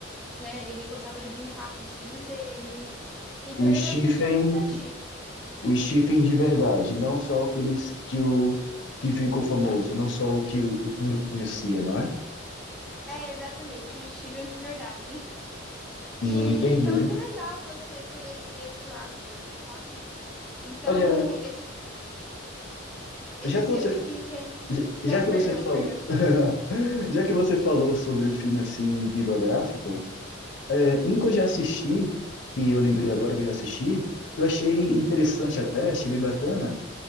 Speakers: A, in the centre; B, on the left.
A: né? Ele gostava de brincar com os filhos dele. Então
B: O
A: ele
B: Stephen
A: era uma pessoa muito ativa.
B: o Stephen de verdade, não só aqueles que o que ficou famoso, não só o que o público conhecia, não é?
A: É, exatamente, o Steven de verdade.
B: Hum,
A: E
B: entendi.
A: foi muito legal você conhecer esse lado dele, sabe? Então,
B: Olha,
A: esse, esses
B: já que você
A: filmes que. re-
B: já já
A: Não,
B: que
A: perdão,
B: você falou
A: perdão.
B: <laughs> já que você falou sobre o filme assim bibliográfico, é, um que eu já assisti, que eu lembrei agora que eu já assisti, eu achei interessante até, achei bem bacana,